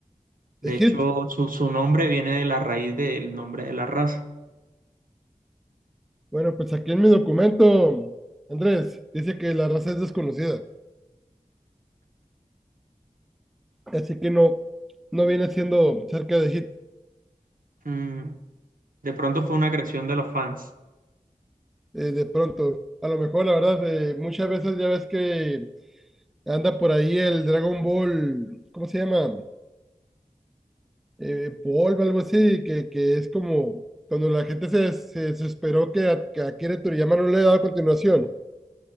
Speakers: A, on the right; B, in the centre.
A: De
B: de Hit?
A: hecho, su, su nombre viene de la raíz del nombre de la raza.
B: Bueno, pues aquí en mi documento, Andrés, dice que la raza es desconocida. así que no, no viene siendo cerca de hit
A: Mm, de pronto fue una creación de los fans.
B: eh, de pronto. A lo mejor, la verdad, eh, muchas veces ya ves que anda por ahí el Dragon Ball, ¿cómo se llama? Eh, polvo, algo así, que, que es como cuando la gente se, se desesperó que a, que a Akira Toriyama no le daba continuación